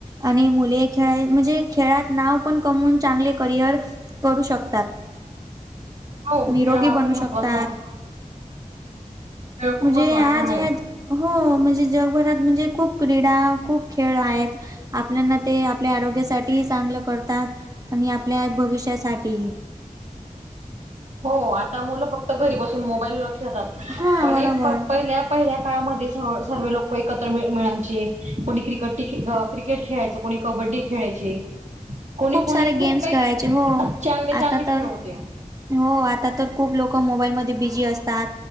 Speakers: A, on the right (about 25°); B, on the right (about 55°).
A: आणि मुले खेळा म्हणजे खेळात नाव पण कमवून चांगले करिअर करू शकतात.
B: हो
A: निरोगी
B: खेळ हा
A: बनू
B: खूप महत्त्वाचा
A: शकतात,
B: आहे खेळ खूप
A: म्हणजे
B: महत्त्वाचा
A: आज
B: आहे
A: ह्या हो म्हणजे जगभरात म्हणजे खूप क्रीडा खूप खेळ आहेत. आपल्याना ते आपल्या आरोग्यासाठीही चांगलं करतात आणि आपल्या भविष्यासाठी.
B: हो आता मुलं फक्त घरी बसून मोबाईलेतात
A: हा
B: पण
A: बरोबर
B: पहिल्या पहिल्या काळामध्ये स सर्व लोक एकत्र मिळायचे कोणी क्रिकेट क क्रिकेट खेळायचं, कोणी कबड्डी खेळायचे. कोणी कोणी
A: सारे
B: खूप
A: गेम्स
B: काही
A: खेळायचे हो
B: चांगले
A: आता
B: चांगले
A: तर
B: खेळ होते.
A: हो आता तर खूप लोक मोबाईलमध्ये बिझी असतात,